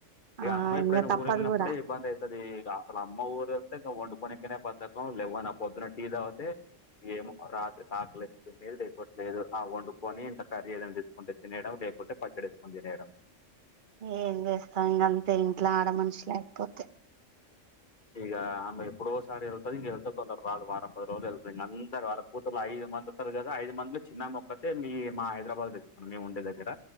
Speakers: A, on the left (about 45°); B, on the right (about 50°).
A: ఇగ
B: ఆ
A: అమ్మ ఎప్పుడైనా
B: ఇంగ తప్పదు
A: ఊరు వెళ్ళినప్పుడే
B: కూడా
A: ఇబ్బంది అయితది ఇగ అసలు అమ్మ ఊరు వెళ్తే ఇంగ వండుకొనికేనే బద్ధకం లేవన్నా పొద్దున్న టీ తాగితే ఏమో రాత్రికి ఆకలి వేస్తే తినేది లేకపోతే లేదు ఆ వండుకొని ఇంత కర్రీ ఏదైనా తెచ్చుకుంటే తినేయడం లేకపోతే పచ్చడేసుకుని తినేయడం
B: ఏం చేస్తం ఇంగ అంతే ఇంట్లో ఆడ మనిషి లేకపోతే
A: ఇగ ఆమె ఎప్పుడోసారి వెళ్తది ఇగ వెళ్తే తొందర రాదు వారం పది రోజులు వేళ్తది ఇంగ అందరు వాళ్ళ కూతులు ఐదు మంది ఉంటారు కదా ఐదు మందిలో చిన్నామె ఒక్కతే మీ మా హైదరాబాద్ ఇచ్చుకున్నాము మేము ఉండే దగ్గర